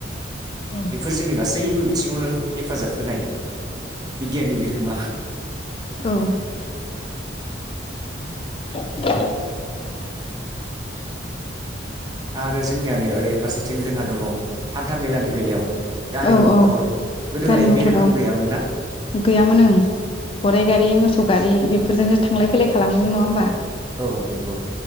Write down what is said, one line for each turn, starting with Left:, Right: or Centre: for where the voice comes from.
Left: औ
Right: बेफोर जोंनि गासैबो बिथिङावनो हेफाजाब होनाय बिगियाननि बिहोमा
Left: औ <unintelligible>
Right: आरो जोंनियानै ओरै फारसेथिं जोंहा दङ हान्था मेलानि बेलायाव गारि
Left: औ औ
Right: मथर गोदोहाय
Left: गारि मथर
Right: बे रोखोम
Left: औ
Right: गैयामोन ना
Left: गैयामोन ओं गराइ गारि मोसौ गारि बेफोरजोंनो थांलाय फैलाय खालामोमोन नङा होमबा
Right: औ नोंगौ